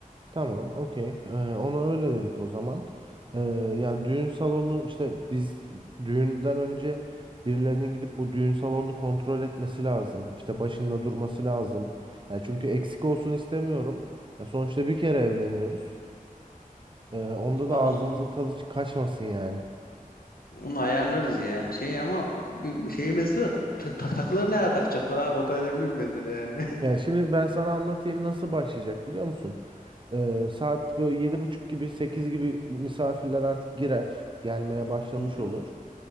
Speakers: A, on the right; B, on the left.
A: Tamam, okey. Ee, ona öyle dedik o zaman. Ee, ya düğün salonu işte biz düğünden önce birilerinin gidip bu düğün salonunu kontrol etmesi lazım. İşte başında durması lazım. Ya çünkü eksik olsun istemiyorum. Ya sonuçta bir kere evleniyoruz. Ee, onda
B: Abi
A: da ağzımızın tadı çı- kaçmasın yani.
B: Onu ayarlarız ya. Şey ama bir bir şey mesele var. Ta- tak- takıları nereye takacaklar abi? O da önemli bir mesele yani.
A: Ya şimdi ben sana anlatayım nasıl başlayacak biliyor musun? Ee, saat böyle yedi buçuk gibi sekiz gibi misafirler artık girer. Gelmeye başlamış
B: <laughs> Hı
A: olur.
B: hı.